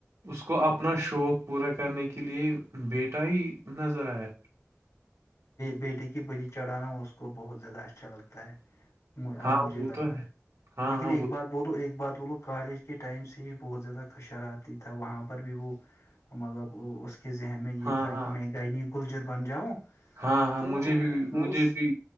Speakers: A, on the right; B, on the left.
A: اس کو اپنا شوق پورا کرنے کے لیے بیٹا ہی نظر آیا
B: بیٹٹی کی بلی چڑھانا اس کو بہت زیادہ اچھا لگتا ہے
A: ہاں
B: اب مجھے
A: وہ
B: لگا
A: تو ہے ہاں
B: لیکن
A: ہاں
B: ایک
A: وہ
B: بات وہولو ایک بات وہ لوگ کالج کے ٹائم سے ہی بہت زیادہ کشر آتی تھا وہاں پر بھی وہ مطلب اس کے ذہن میں یہ
A: ہاں
B: تھا
A: ہاں
B: کہ میں گنی گلجر بن جاؤں
A: ہاں ہاں
B: تو
A: مجھے بھی
B: وہ
A: مجھے بھی